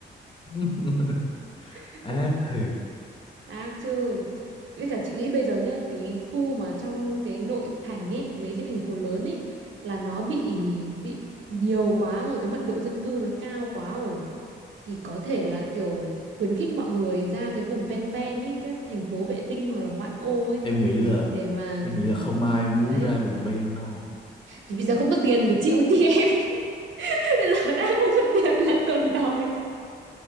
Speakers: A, on the left (about 25°); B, on the right (about 75°).
A: <laughs>
B: <laughs>
A: ác thiệt
B: à chứ với cả chị nghĩ bây giờ nhá cái khu mà trong cái nội thành ấy mấy cái thành phố lớn ấy là nó bị bị nhiều quá rồi cái mật độ dân cư nó cao quá rồi thì có thể là kiểu khuyến khích mọi người ra cái vùng ven ven ấy các cái thành phố vệ tinh hoặc là ngoại ô ấy
A: em nghĩ là
B: để mà
A: em nghĩ là không ai muốn
B: đấy
A: ra vùng ven đâu
B: thì bây giờ không có tiền phải chịu đi em <laughs> bây giờ đã không có tiền lại còn đòi